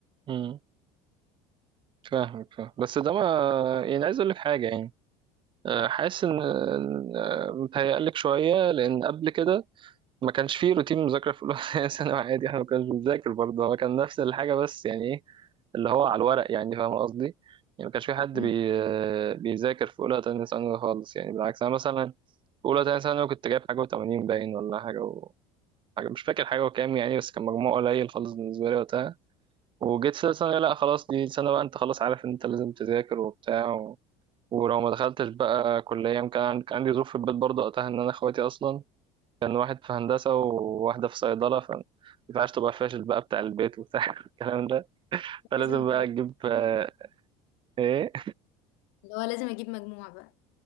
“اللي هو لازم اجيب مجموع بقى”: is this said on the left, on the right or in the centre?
Left